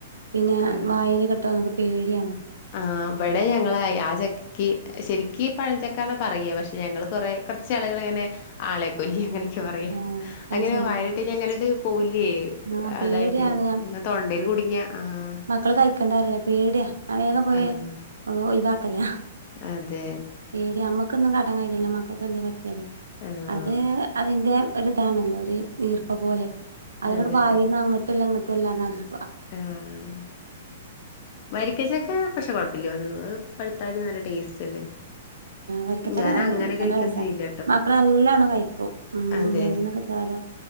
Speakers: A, on the right; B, on the left.
A: പിന്നെ
B: ആഹ്
A: വായില് കെട്ടോന്നൊക്കെ പേടിയാണ്
B: ആഹ് ഇവടെ ഞങ്ങളായി ആ ചക്ക് ക്ക് ശരിക്ക് പഴഞ്ചക്കാന്നാ പറയാ പക്ഷെ ഞങ്ങള് കൊറെ കൊറച്ച് ആളുകൾ ഇങ്ങനെ ആളെ കൊല്ലി അങ്ങനെയൊക്കെ പറയാ
A: ആഹ് അത്
B: അങ്ങനെ
A: ശരി
B: വായിലിട്ട് അങ്ങനാട്ട് പോവില്ലേ
A: ആഹ് പേടിയാണ്
B: അതായിട്ട് അ തൊണ്ടല് കുടുങ്ങിയാ ആഹ്
A: മക്കൾ കഴിക്കണ്ടരല്ലേ പേടിയാ അവ വേഗം പോയി
B: ആഹ്
A: ഒഴിവാക്കലാ
B: അതെ
A: പേടിയാ അമ്മക്കൊന്നും കാട്ടാൻ കയില്ലല്ലോ മക്കക്ക് എന്തേ പറ്റിയാല്
B: ആഹ്
A: അത് അതിന്റെ ഒരിതാണല്ലോ ഒരു ഈർപ്പ പോലെ അതങ്ങോട്ട്
B: അതെ
A: വായിന്ന് അങ്ങോട്ടും അല്ല ഇങ്ങട്ട് ല്ലാമാതിരി
B: ആഹ് വരിക്കച്ചക്കാ പക്ഷേ കൊഴപ്പയില്ലാ തോനുന്നു അത് പഴുത്താലും നല്ല ടേസ്റ്റ് അല്ലേ
A: വരിക്കച്ചക്ക
B: ഞാൻ അങ്ങനെ
A: നല്ല
B: കഴിക്കൊന്നും
A: രസാ
B: ചെയ്യില്ല
A: മക്കള് നല്ലണം കഴിക്കും ഉം
B: അതെ
A: എവിടെന്ന് കിട്ടിയാലും